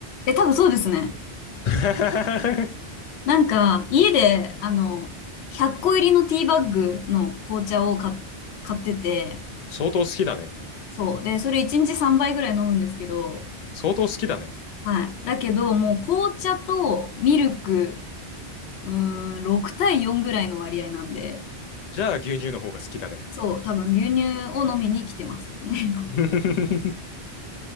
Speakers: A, on the left (about 75°); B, on the left (about 50°).
A: え、多分そうですね。
B: <laughs>
A: なんか、家で、あの、100個入りのティーバッグの紅茶を買っ、買ってて、
B: 相当好きだね。
A: そう。で、それ1日3杯ぐらい飲むんですけど、
B: 相当好きだね。
A: はい。だけど、もう紅茶とミルク、うーん、6対4ぐらいの割合なんで、
B: じゃあ牛乳の方が好きだね。
A: そう、多分牛乳を飲みに来てます。<laughs> 今
B: <laughs>